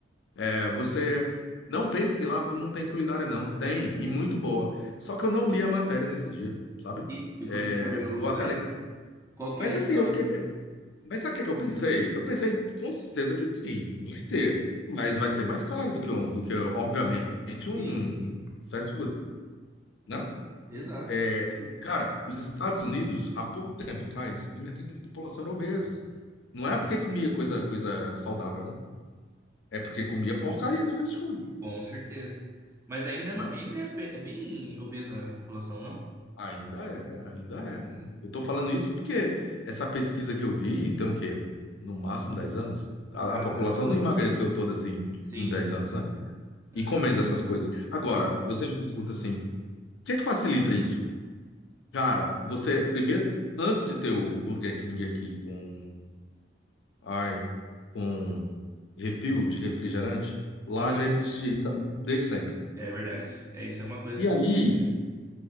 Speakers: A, on the left; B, on the right.
A: É, você não pense que lá não tem culinária, não. Tem, e muito boa. Só que eu não li a matéria nesse dia, sabe?
B: Ih, ficou
A: É,
B: sem saber o,
A: vou até
B: é,
A: ler.
B: qual
A: Mas,
B: que era
A: assim,
B: a causa
A: eu fiquei
B: do... né?
A: Mas sabe o que é que eu pensei? Eu pensei, com certeza que tem, vai ter, mas vai ser mais caro do que um, do que, obviamente, um
B: Sim, sim.
A: um fast food, né?
B: Exato,
A: É,
B: com certeza.
A: cara, os Estados Unidos, há pouco tempo atrás, a metade da população era obesa. Não é porque
B: É.
A: comia coisa, coisa saudável, né? É porque comia porcaria do fast food,
B: Com certeza. Mas ainda, não,
A: né?
B: ainda é, pe- é bem obesa a população, não?
A: Ainda é, ainda é.
B: É, né?
A: Eu tô falando isso porque essa pesquisa que eu vi, tem o quê? No máximo 10 anos. A,
B: Ah,
A: a população
B: tá.
A: não emagreceu toda assim
B: Sim,
A: em
B: sim,
A: 10
B: sim.
A: anos, né?
B: Aham.
A: e comendo essas coisas. Agora, você me pergunta assim, o que é que facilita isso? Cara, você primeiro, antes de ter o Burger King aqui com, ai, com refil de refrigerante, lá
B: Uhum.
A: já existia isso desde sempre.
B: É verdade. É, isso é uma coisa
A: E
B: que
A: aí,
B: acontece.